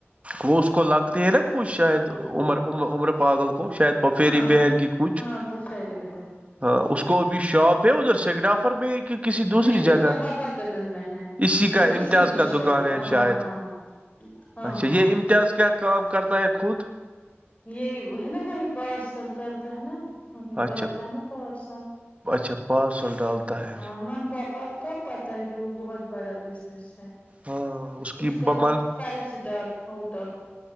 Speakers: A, on the right; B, on the left.
A: وہ اس کو لگتی ہے نا کچئی شاید عمر عمر عمر پاگل کو شاید پفھیری
B: ہاں
A: بہن کی کچھ
B: ہاں پفیری بہن
A: ہاں اس کو بھی شاپ ہے ادھر سیگگرافر میں کسی دوسری
B: نہیں اس
A: جگہ
B: کو ہبا قدل میں ہے
A: اسی
B: جو
A: کا امتیاز
B: کی
A: کا
B: شاپ
A: دکان ہے
B: ہاں
A: شاید
B: ہاں ہاں ہاں
A: اچا
B: ہاں
A: یہ امتیاز کیا کیا کا کرتایا خود
B: یہ ہے نا وہ پارسل کرتا ہے نا وہ
A: اچھا
B: ڈالتا ہے نا پارسل
A: اچھا پارسل ڈالتا ہے
B: ہاں من پاپا کا پت ہی ہے وہ بہت بڑا بزنس ہے
A: ہاں کی
B: اس
A: ب-
B: کا
A: من
B: فائیو اسٹار ہوٹل